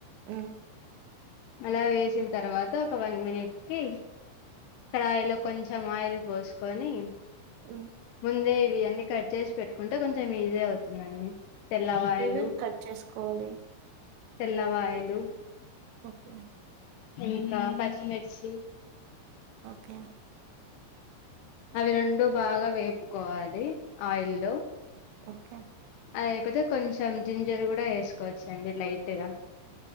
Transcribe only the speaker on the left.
అలా వేసిన్ తర్వాత ఒక వన్ మినిట్ కి కడాయిలో కొంచెం ఆయిల్ పోసుకొని
ముందే ఇవన్నీ కట్ చేసి పెట్టుకుంటే కొంచెం ఈజే అవుతుందండి తెల్లవాయలు
తెల్లవాయలు
ఇంకా పచ్చిమిర్చి
అవి రెండు బాగా వేపుకోవాలి ఆయిల్లో
అదయ్ పోతే కొంచెం జింజర్ కూడా వేసుకోవచ్చు అండి లైట్గా